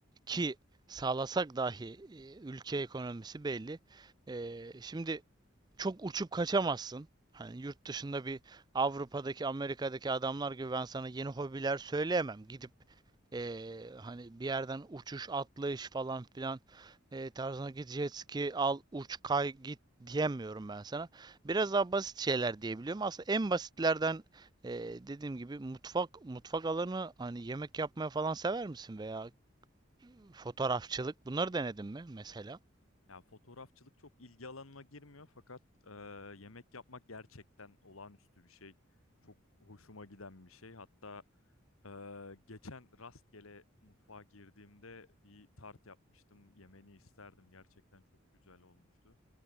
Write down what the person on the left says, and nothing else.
Ya fotoğrafçılık çok ilgi alanıma girmiyor fakat e, yemek yapmak gerçekten olağanüstü bir şey. Çok hoşuma giden bir şey. Hatta e, geçen rastgele mutfağa girdiğimde bir tart yapmıştım. Yemeni isterdim. Gerçekten çok güzel olmuştu.